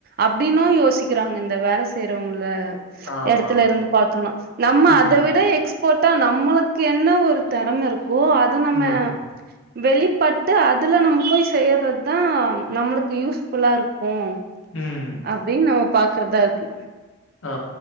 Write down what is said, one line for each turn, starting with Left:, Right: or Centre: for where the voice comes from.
Right: அப்டின்னும் யோசிக்கிறாங்க இந்த வேல செய்யறவங்கள
Left: ஆமா.
Right: எடத்துல இருந்து பாத்தோன்னா நம்ம
Left: ம்.
Right: அத விட எக்ஸ்போர்ட்டா நம்மளுக்கு என்ன ஒரு தெறம இருக்கோ அத நம்ம
Left: ம்.
Right: வெளிப்பட்டு அதுல நம்ம போய் செய்யறது தா நம்மளுக்கு யூஸ்ஃபுல்லா இருக்கும்
Left: ம்
Right: அப்டின்னு நம்ம பாக்குறதா இருக்கு
Left: ஆ